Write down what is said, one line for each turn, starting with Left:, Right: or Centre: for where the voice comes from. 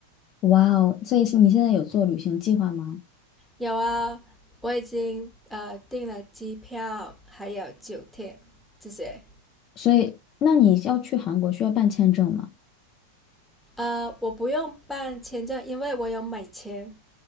Left: 哇哦，所以是你现在有做旅行计划吗？
Centre: 有啊，我已经呃订了机票，还有酒店这些。
Left: 所以那你要去韩国需要办签证吗？
Centre: 呃，我不用办签证，因为我有美签，